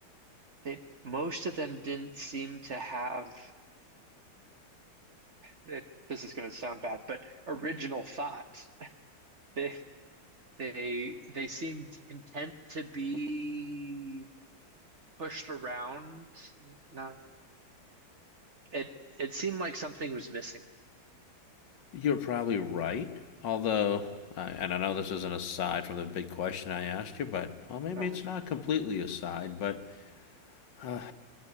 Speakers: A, on the right; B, on the left.
A: they most of them didn't seem to have it, this is going to sound bad, but original thought. They they they seemed content to be pushed around. Not it it seemed like something was missing.
B: You're probably right. Although, uh, and I know this is not aside from the big question I asked you, but well, maybe
A: Oh
B: it's
A: yeah.
B: not completely aside. But uh,